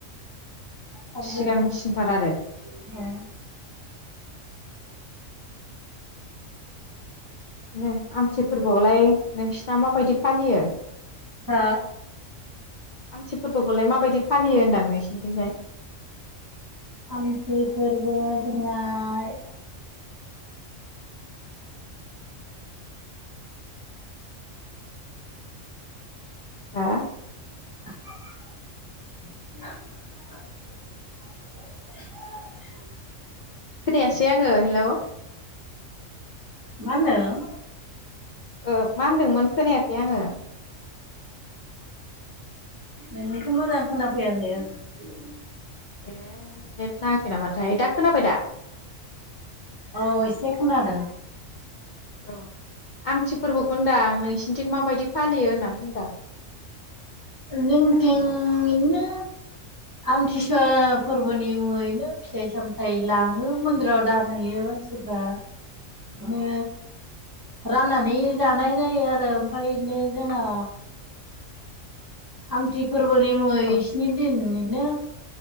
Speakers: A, on the right; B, on the left.
A: थाब
B: सिगांसिनथार
A: जोबो ओ
B: आरो
A: अ
B: दिनो आमथि फोरबोआवलाय नोंसिना माबायदि फालियो?
A: हो
B: आमथि फोरबोखौलाय माबायदि फालियो होनदां नोंसिनिथिंजाय?
A: आमथि फोरबो जोंनाय
B: हो
A: <inaudible>
B: खोनायासै आङो हेलौ
A: मा होनदों?
B: ओ मा होनदोंमोन खोनायाखै आङो।
A: नोंनिखौ मोजां खोनाफैयाखै <unintelligible>
B: ए नेट नाङाखै नामाथाय दा खोनाबाय दा?
A: औ एसे खोनादों।
B: औ आमथि फोरबो खौ होनदां आं नोंसिनिथिं माबायदि फालियो होनना बुंदां
A: जोंथिं इदिनो आमथिसुवा फोरबोनि मुङैनो फिथाइ सामथाइ लाङो मन्दिराव दानहैयो मानसिफ्रा
B: औ
A: नो राननानै जानाय जायो आरो ओमफ्राय बिदिनो जोंना आमथि फोरबोनि मुङै
B: औ
A: स्नि दिन नो